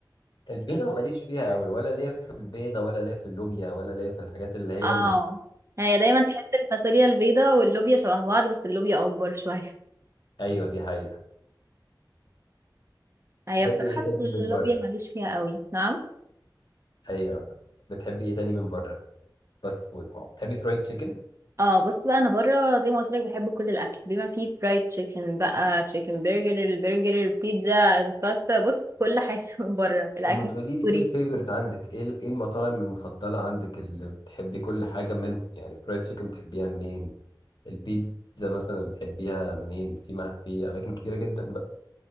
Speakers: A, on the left; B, on the right.
A: البيضه ماليش فيها قوي ولا ليا في البيضه ولا ليا في اللوبيا ولا ليا في الحاجات اللي هي
B: اه هي دايما تحس الفاصوليا البيضة واللوبيا شبه بعض بس اللوبيا اكبر شوية
A: ايوه دي حقيقة
B: هي
A: تحبي
B: بصراحة
A: ايه تاني
B: اللوبيا
A: من بره
B: ماليش فيها قوي نعم
A: ايوه بتحبي ايه تاني من بره فاست فود تحبي فرايد تشيكن
B: اه بص بقى انا بره زي ما قلت لك بحب كل الاكل بما فيه فرايد تشيكن بقى تشيكن برجر البرجر البيتزا الباستا بص كل حاجة <laughs> من بره الاكل
A: طب ما تقولي
B: الكوري
A: لي ايه الفيفورت عندك ايه ال- ايه المطاعم المفضلة عندك اللي بتحبي كل حاجة منهم يعني فرايد تشيكن بتحبيها منين البيتزا مثلا بتحبيها منين في ما في اماكن كتيرة جدا بقى